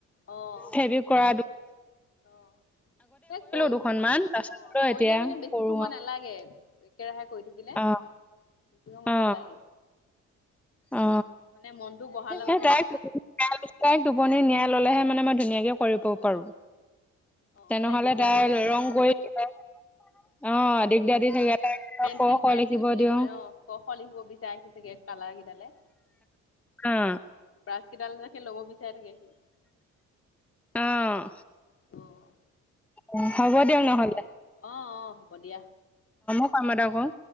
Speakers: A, on the left; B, in the centre.
A: অ',
B: ফেব্ৰিক কৰাটো।
A: অ', এই কৰি
B: দুখনমান
A: অ,
B: তাৰপিছত বোলো
A: কৰিলে
B: এতিয়া
A: মানে বেছি
B: কৰো
A: সময়
B: আৰু
A: নালাগে একেৰাহে কৰি থাকিলে
B: অ
A: বেছি সময়
B: অ
A: নালাগে।
B: অ,
A: মানে মনটো বহাৰ
B: এ
A: লগতহে
B: তাই
A: কথা
B: <unintelligible> টোপনি নিয়া ল'লেহে মানে মই ধুনীয়াকে কৰিব পাৰো
A: অ',
B: তেনেহলে
A: নহ'লে দিগদাৰ
B: তাই
A: দি থাকে
B: ৰং কৰি থাকে অ', দিগদাৰ দি থাকে। তাই
A: পেঞ্চিল
B: ক খ
A: পেঞ্চিল
B: লিখিব
A: বুলি
B: দিওঁ
A: অ', ক-খ লিখিব বিচাৰে সি চাগে কাল কালাৰ গীদালে,
B: অ
A: ব্ৰাছ কেইডাল সি ল'ব বিচাৰি থাকে।
B: অহ।
A: অ',
B: অ', হ'ব দিয়ক নহ'লে।
A: অ', অ', হ'ব দিয়া।
B: কাম এটা কৰোঁ।